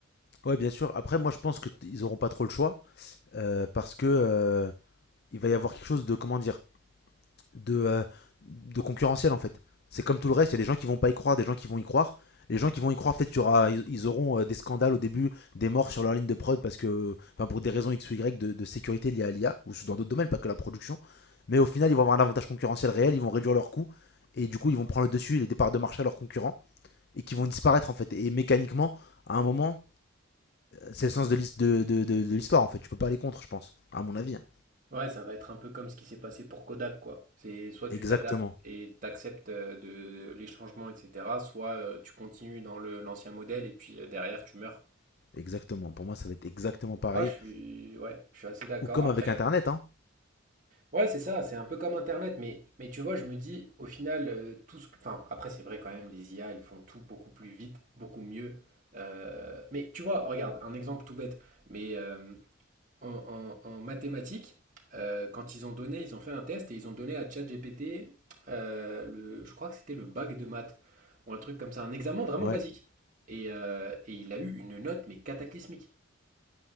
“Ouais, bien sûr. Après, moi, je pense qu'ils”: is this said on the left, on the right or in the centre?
Left